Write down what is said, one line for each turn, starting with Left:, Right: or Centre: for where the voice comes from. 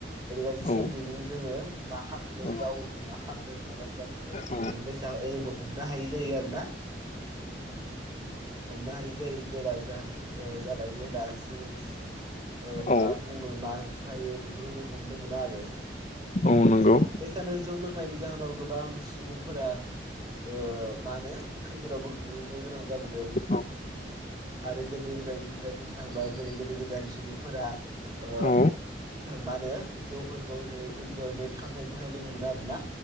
Right: ओरैबायदि सोमजिदि
Left: औ
Right: जोङो। मा खालाम
Left: औ
Right: गावनो मा खालामदों मा बाथ्रा बुंदों
Left: औ
Right: बेफोरबायसा जेबो हमनो हायि जायो आरोना। हमनो हायि जायो। जेला जा ओ जाबाय जेब्ला जोङो औ
Left: औ
Right: मा बुङो मा सायो बेफोरखौ जों हमनो मोना आरो।
Left: औ नंगौ
Right: बे सानो जौ लोंनायनि जाहोनाव गोबां सुबुंफोरा ओ मानो खैफोदावबो गोग्लैनो गोनां जाबोदों।
Left: औ
Right: आरो गोदो गोदायनिफ्राय बुंनो थाङोबा जेरै गोदो गोदायनि। सुबुंफोरा ओ
Left: औ
Right: मानो जौफोरखौ जेरै इनजयमेन्ट। खामनायनि थाखाय लोङोमोन आरोना।